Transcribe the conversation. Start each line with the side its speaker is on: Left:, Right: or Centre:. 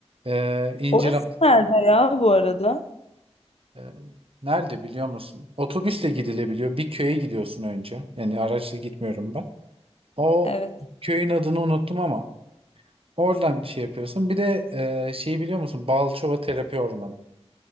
Right: e, İncirhan.
Left: Orası nerede ya bu arada?
Right: E, nerede biliyor musun? Otobüsle gidilebiliyor. Bir köye gidiyorsun önce. Yani araçla gitmiyorum ben. O
Left: Evet.
Right: köyün adını unuttum ama oradan şey yapıyorsun. Bir de e, şeyi biliyor musun? Balçova Terapi Ormanı.